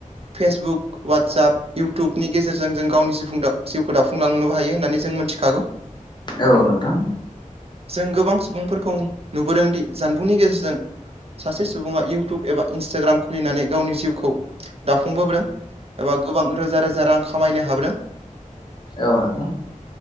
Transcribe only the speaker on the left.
औ नोंथां।
औ। नोंथां